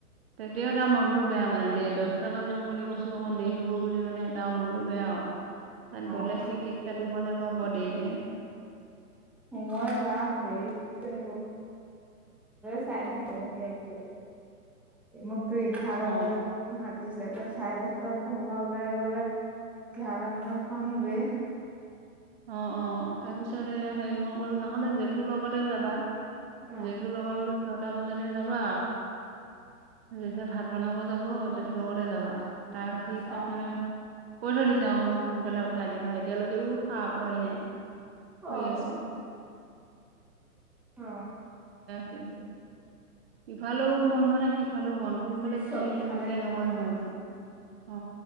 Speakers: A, on the right; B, in the centre.
A: তেতিয়াও তাৰ মনটো বেয়া মানে দেই দছটা বাজিব বুলি কৈছো। অকমান দেৰি হ'ব বুলি মানে তাৰ মনটো বেয়া আৰু। তাত
B: অ',
A: গ'লে সি কেক কাটিব নোপাব দেৰিকে।
B: মই যাম দে <unintelligible> চাই লও <unintelligible> মোক তো এঘাৰটা
A: অ
B: বজাত মাতিছে। <unintelligible> চাৰে দশটাত ঘৰ পৰা ওলাই গলে এঘাৰটা মানত পামগে
A: অ অ অ। তাৰপিছত এইয়া হেৰি মই কলো নহ'লে জেঠুৰ লগতে যাবা
B: অ',
A: জেঠুৰ লগত বোলে ছটা বজাতে যাবা জেঠুৱে ভাত বনাব যাব জেঠুৰ লগতে যাবা। তাৰ সি তাক
B: অ'।
A: মানে কৈ থৈ দিছে অ মোক সোনকালে উঠাই দিবা এতিয়ালৈকেও হাঁহ পোৱাই নাই শুই
B: অ'।
A: আছে।
B: অ
A: উম সিফালও মন মনে সিফালও মন, কোনফালে
B: চব
A: কি
B: ফালে
A: কৰিম কি নকৰিম
B: তাৰ
A: হৈ আছে। অ